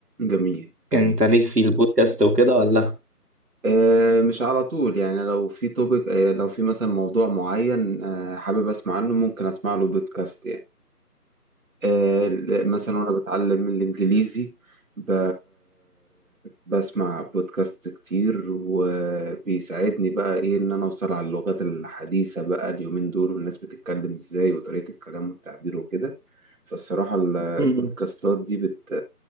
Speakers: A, on the right; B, on the right.
A: جميل جميل
B: انت ليك في البودكاست وكده ولا
A: آه، مش على طول يعني لو في توبيك لو في مثلا موضوع معين آه، حابب اسمع عنه ممكن اسمع له بودكاست يعني آه، مثلا وانا بتعلم الانجليزي ب... بسمع بودكاست كتير وبيساعدني بقى ايه ان انا اوصل على اللغات الحديثة بقى اليومين دول والناس بتتكلم ازاي وطريقة الكلام والتعبير وكده فالصراحة ال- البودكاستات
B: م-م.
A: دي بت...